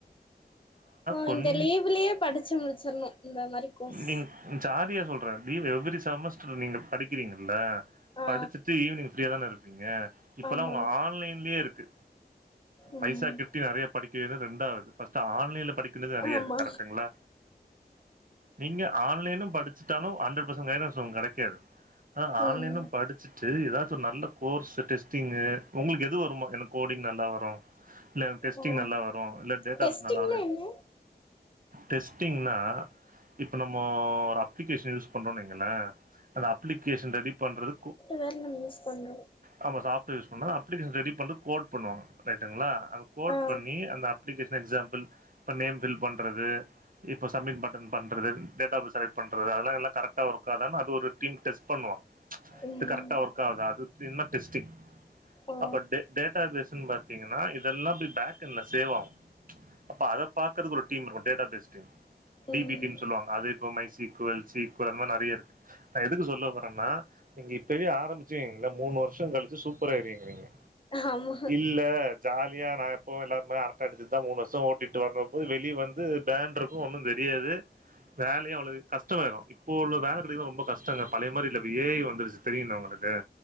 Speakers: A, on the left; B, on the right.
A: ஓ
B: கொஞ்
A: இந்த லீவுலையே படிச்சி முடிச்சிரணு இந்த மாரி கோஸ்
B: நீங்க ஜாலியா சொல்ற லீவ் எவ்ரி செமஸ்டர் நீங்க படிக்கிறீங்கல்ல
A: ஆ
B: படிச்சிட்டு ஈவ்னிங் ஃப்ரீயா தான இருப்பீங்க இப்பெல்லா
A: ஆமா
B: உங்க ஆன்லைன்லே இருக்கு
A: ம்
B: பைசா கெட்டி நெறைய படிக்கது ரெண்டாவது ஃபஸ்ட்டு ஆன்லைன்ல படிக் க்குல நெறைய
A: ஆமா
B: இருக்கு கரெட்டுங்ளா நீங்க ஆன்லைனு படிச்சுட்டாலு ஹண்டரட் பர்சன்ட் க கைடன்ஸ் உங்க கடைக்காது ஆனா ஆன்லைனும்
A: ம்
B: படிச்சுட்டு ஏதாச்சு ஒரு நல்ல கோர்ஸு டெஸ்டிங்கு உங்களுக்கு எது வருமோ எனக் கோடிங் நல்லா வரு இல்ல டெஸ்ட்டிங்
A: ஆ
B: நல்லா வரு இல்ல டேட்டாபேஸ்
A: டெஸ்டிங்னா
B: நல்லா வரு
A: என்ன
B: டெஸ்ட்டிங்னா இப்ப நம்மமோ ஒரு அப்ளிகேஷன் யூஸ் பண்றோன் வைங்கள அந்த அப்ளிகேஷன் ரெடி பண்றது
A: வேறென் நம் யூஸ் பன்றோ
B: நம்ப சாப்ட்வேர் யூஸ் பண்ண அப்ளிக்கேஷன் ரெடி பன்ட்டு கோட் பண்ணுவாங்க ரைட்டுங்ளா நம்ம கோட்
A: ஆ
B: பண்ணி அந்த அப்லிகேஷன் எக்ஸாம்பிள் இப்ப நேம் ஃபில் பண்றது இப்ப சப்மிட் பட்டன் பண்றது டேட்டா பேஸ் செலக்ட் பண்றது அதெல்லா எல்லா கரெக்டா ஒர்க்கான அது ஒரு டீம் டெஸ்ட் பண்ணுவாங்க
A: ம்
B: இது கரக்டா ஒர்க் ஆகுது அது பேர்தா டெஸ்டிங்
A: ஓ
B: அப்ப டேட் டேட்டா பேஸ்ன்னு பாத்தீங்கன்னா இதெல்லா பேக் எண்ட்ல சேவ் ஆகு அப்ப அத பாக்குறது ஒரு டீம் இருக்கு data base team D
A: ம்
B: B K னு சொல்லுவாங்க அது இப்ப மைசி ஈக்குவல் சி ஈக்குவல் அது மாரி நெறைய இருக்கு நா எதுக்கு சொல்ல வரன்னா நீங்க இப்பவே ஆரம்பிச்சவீங்ள மூணு வருஷம் கழிச்சு சூப்பர் ஆயிருவிங்க
A: ஆமா
B: இல்ல ஜாலியா நா எப்போ எல்லாரு மாரி அரட்ட அடிச்சிட்டு தா மூணு வருஷம் ஓட்டிட்டு வரப்போ வெலி வந்து பிளான் இருக்கு ஒன்னு தெரியாது வேலைய அவ்ளவு கஷ்டமாயிரும இப்போ உள்ள வேல கிடைக்குதா ரொம்ப கஷ்டங்க பழைய மாரி இல்ல ஆஇப்ப ஏ ஐ வந்துருச்சு இதுதெரியுல்ல உங்களுக்கு